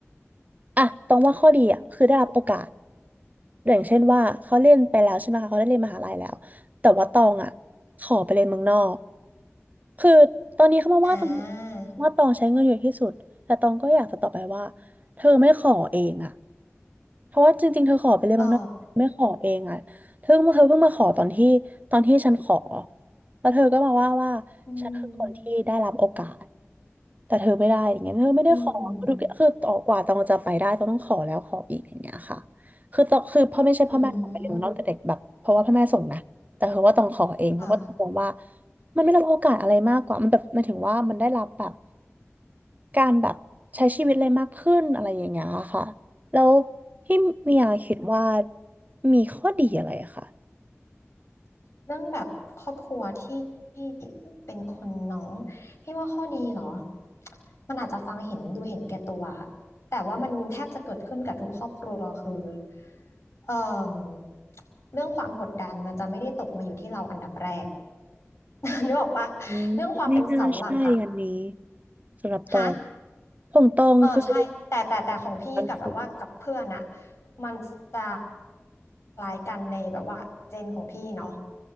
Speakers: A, on the right (about 35°); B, on the left (about 80°).
A: อะตองว่าข้อดีอะคือได้รับโอกาสอย่างเช่นว่าเขาเรียนไปแล้วใช่ไหมคะเขาได้เรียนมหาลัยแล้วแต่ว่าตองอะขอไปเรียนเมืองนอก คือตอนนี้เขามาว่าตอง
B: อ่า
A: ว่าตองใช้เงินเยอะที่สุดแต่ตองก็อยากจะตอบไปว่าเธอไม่ขอเองอะเพราะว่าจริงๆเธอขอไปเลยนเมืองนอกไม่ขอเองอะเธอเธอเพิ่งมาขอตอนที่ตอนที่ฉันขอ
B: อ๋อ
A: แล้วเธอก็มาว่าว่า
B: อืม
A: ฉันคือคนที่ได้รับโอกาส แต่เธอไม่ได้อย่างเงี้ยเธอไม่ได้ขอทุกอย่างคือต่อกว่าตองจะไปได้ต้องต้องขอแล้วขออีกอย่างเงี้ยค่ะ
B: อืม
A: คือตองคือพ่อไม่ใช่พ่อแม่ส่งไปเรียนเมืองนอกแต่เด็กแบบเพราะว่าพ่อแม่ส่งนะแต่เธอว่าต้องขอเองเพราะว่าต้องมองว่า
B: อืมค่ะ
A: มันไม่ได้รับโอกาสอะไรมากกว่ามันแบบมันถึงว่ามันได้รับแบบการแบบใช้ชีวิตอะไรมากขึ้นอะไรอย่างเงี้ยค่ะแล้วพี่เมียคิดว่ามีข้อดีอะไรอะค่ะ
B: เรื่องแบบครอบครัวที่เป็นคนน้องพี่ว่าข้อดีเหรอมันอาจจะฟังเห็นดูเห็นแก่ตัวแต่ว่ามันแทบจะเกิดขึ้นกับทุกครอบครัวคือเอ่อเรื่องความกดดันมันจะไม่ได้ตกมาอยู่ที่เราอันดับแรก <laughs> นึกออกปะเรื่องความเป็นเสาหลักอะ
A: อืมไม่น่าใช่อันนี้สำหรับตอง
B: ฮะ
A: ของตองคือ
B: เออใช่แต่แต่แต่ของพี่กับแบบว่ากับเพื่อนอะ
A: การฝึก
B: มันจะคล้ายกันในแบบว่าเจนของพี่เนาะ